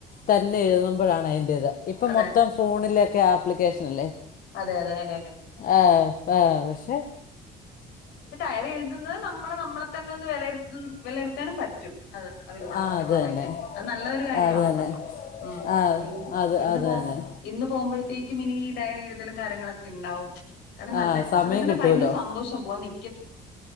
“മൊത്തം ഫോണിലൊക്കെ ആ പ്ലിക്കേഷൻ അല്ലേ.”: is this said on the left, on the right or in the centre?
Left